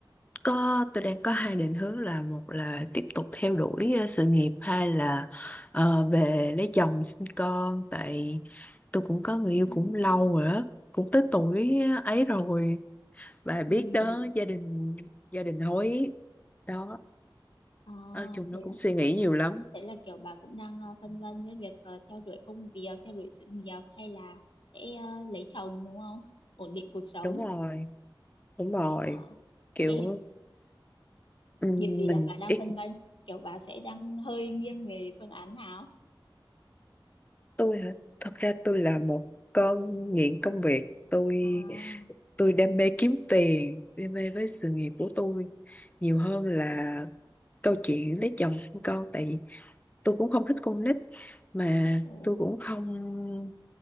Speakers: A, on the left (about 20°); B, on the left (about 80°).
A: có tôi đang có hai định hướng là một là tiếp tục theo đuổi ờ, sự nghiệp hai là ờ, về lấy chồng sinh con tại tôi cũng có người yêu
B: Ừm,
A: cũng lâu rồi á cũng tới tuổi ấy rồi bà biết
B: ừm,
A: đó gia đình gia đình hối đó
B: Ờ
A: nói chung
B: thế
A: nó cũng
B: là
A: suy nghĩ nhiều lắm
B: thế là kiểu bà cũng đang ờ, phân vân với việc ờ, theo đuổi công việc, theo đuổi sự nghiệp hay là sẽ ờ, lấy chồng đúng không? Ổn định cuộc sống.
A: đúng rồi đúng rồi
B: Ờ,
A: kiểu
B: thế
A: ừm,
B: điều gì
A: mình
B: làm bà đang
A: ít
B: phân vân? Kiểu bà sẽ đang hơi nghiêng về phương án nào?
A: tôi hả thật ra tôi là một con nghiện công việc tôi
B: À,
A: tôi đam mê kiếm tiền đam mê với sự nghiệp của tôi nhiều hơn là câu chuyện lấy chồng sinh con tại vì tôi cũng không thích con nít mà
B: ồ.
A: tôi cũng không